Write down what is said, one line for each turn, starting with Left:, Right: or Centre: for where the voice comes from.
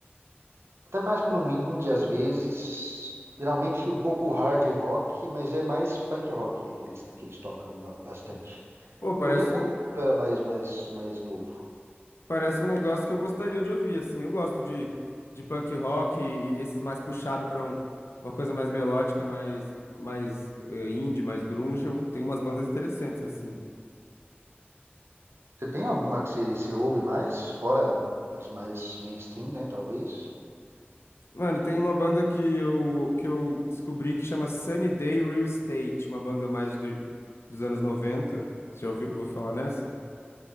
Right: Até mais para um indie, às vezes. Geralmente um pouco hard rock, mas é mais punk rock, aqueles que eles tocam ba- bastante.
Left: Pô, parece
Right: Eu via bastante
Left: um.
Right: quando era mais, mais, mais novo.
Left: Parece um negócio que eu gostaria de ouvir, assim. Eu gosto de, de punk rock e, e esses mais puxado pra um- uma coisa mais melódica, mais, mais eh, indie, mais grunge. Eu tenho umas bandas interessantes, assim.
Right: Você tem alguma que você, você ouve mais? Fora as mais mainstream, né? Talvez.
Left: Mano, tem uma banda que eu, que eu descobri que chama Sunny Day Real Estate, uma banda mais de, dos anos 90. Você já ouviu? Vou falar nessa?